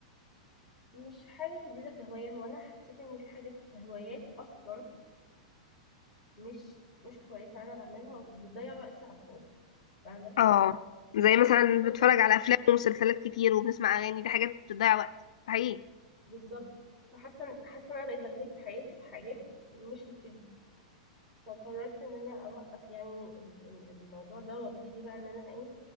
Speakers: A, in the centre; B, on the left.
A: مش حاجة جديدة كهواية هو انا حسيت ان في حاجات هوايات اصلا مش مش كويسة انا بعملها وبتضيع وقتي على الفاضي فاهمة
B: اه زي مثلا
A: فوق
B: بتفرج على افلام ومسلسلات كتير وبنسمع اغاني دي حاجات بتضيع وقت حقيقي
A: بالظبط فحاسة حاسة ان انا بقيت بتلاقي في حياتي في حاجات مش هتفيدني فقررت ان انا اوقف يعني ال- ال- الموضوع ده وابتدي بقى ان انا ايه